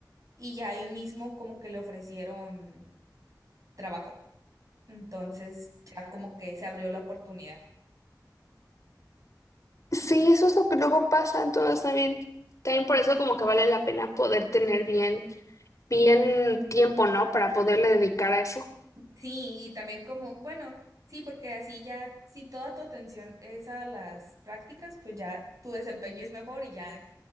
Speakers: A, on the right; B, on the left.
A: y ya ahí mismo como que le ofrecieron trabajo. Entonces ya como que se abrió la oportunidad.
B: sí, eso es lo que luego pasa. Entonces también, también por eso como que vale la pena poder tener bien, bien tiempo, ¿no? Para poderle dedicar a eso.
A: Sí, y también como, bueno, sí, porque así ya, si toda tu atención es a las prácticas, pues ya tu desempeño es mejor y ya